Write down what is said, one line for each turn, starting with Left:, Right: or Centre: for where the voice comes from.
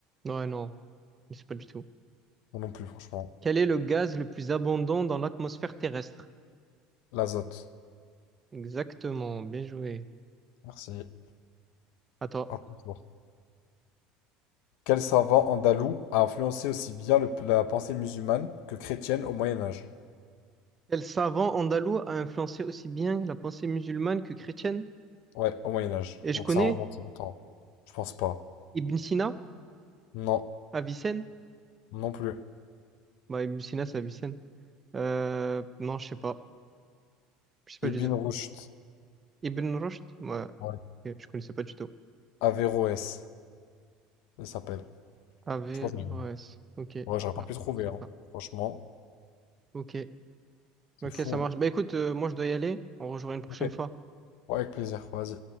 Right: Ouais, non, je sais pas du tout.
Left: Non non plus, franchement.
Right: Quel est le gaz le plus abondant dans l'atmosphère terrestre?
Left: L'azote.
Right: Exactement, bien joué.
Left: Merci.
Right: Attends,
Left: À ton tour. Quel savant andalou a influencé aussi bien le- la pensée musulmane que chrétienne au Moyen Âge?
Right: quel savant andalou a influencé aussi bien la pensée musulmane que chrétienne?
Left: Ouais, au Moyen Âge.
Right: Et je
Left: Donc
Right: connais
Left: ça remonte longtemps. Je pense pas.
Right: Ibn Sina,
Left: Non,
Right: Avicenne.
Left: non plus.
Right: Bah, Ibn Sina, c'est Avicenne. Euh, non, je sais pas. Je sais pas
Left: Ibn
Right: du tout.
Left: Rushd.
Right: Ibn Rushd? Ouais.
Left: Ouais.
Right: Ok, je connaissais pas du tout.
Left: Averroès, il s'appelle.
Right: Averroès.
Left: Franchement,
Right: Ok.
Left: je... ouais, j'aurais pas
Right: Non,
Left: pu
Right: je
Left: trouver,
Right: connaissais
Left: hein.
Right: pas.
Left: Franchement,
Right: Ok.
Left: c'est
Right: Ok,
Left: fou,
Right: ça
Left: hein.
Right: marche. Bah écoute, euh, moi je dois y aller. On rejoint une prochaine
Left: Ok.
Right: fois.
Left: Ouais, avec plaisir. Vas-y.